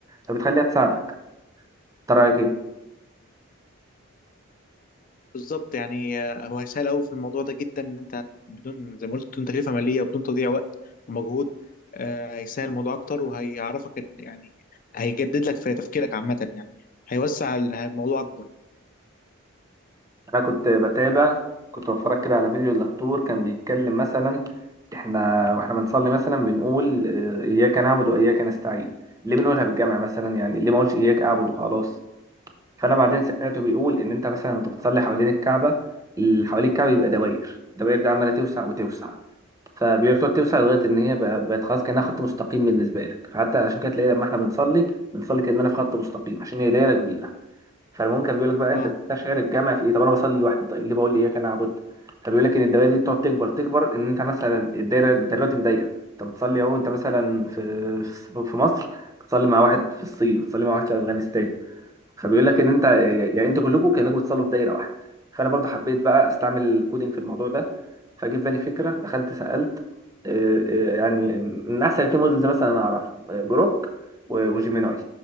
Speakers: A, on the right; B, on the left.
A: فبتخليها تساعدك انت رأيك ايه؟
B: بالظبط يعني آه، هو هيسهل قوي في الموضوع ده جدا ان انت بدون زي ما قلت بدون تكلفه ماليه وبدون تضييع وقت ومجهود آه، هيسهل الموضوع اكتر وهيعرفك إن- يعني هيجدد لك في تفكيرك عامه يعني هيوسع ال- الموضوع اكبر
A: انا كنت بتابع كنت بتفرج كده على فيديو الدكتور كان بيتكلم مثلا احنا واحنا بنصلي مثلا بنقول اه، اياك نعبد واياك نستعين ليه بنقولها بالجمع مثلا يعني ليه ما اقولش اياك اعبد وخلاص فانا بعدين سمعته بيقول ان انت مثلا وانت بتصلي حوالين الكعبة اللي حوالين الكعبة يبقى دواير الدواير دي عمالة توسع وتوسع فبيقول لك تقعد توسع لغايه ان هي بقى- بقت خلاص كانها خط مستقيم بالنسبه لك فحتى عشان كده تلاقي لما احنا بنصلي بنصلي كاننا في خط مستقيم عشان هي دايره كبيره فالممكن بيقول لك بقى انت
B: اه
A: بتستشعر الجمع في ايه طب انا بصلي لوحدي طيب ليه بقول لي اياك انا اعبد فبيقول لك ان الدوائر دي بتقعد تكبر تكبر ان انت مثلا الدايره انت دلوقتي في دايره انت بتصلي اهو انت مثلا في في في مصر بتصلي مع واحد في الصين بتصلي مع واحد في افغانستان فبيقول لك ان انت يعني
B: اه
A: انتوا كلكم كانكم بتصلوا في دايره واحده فانا برضه حبيت بقى استعمل الكودينج في الموضوع ده فجه في بالي فكره دخلت سالت آه، آه، يعني من احسن اتنين مودلز مثلا انا اعرف آه، جروك و- وجيميناي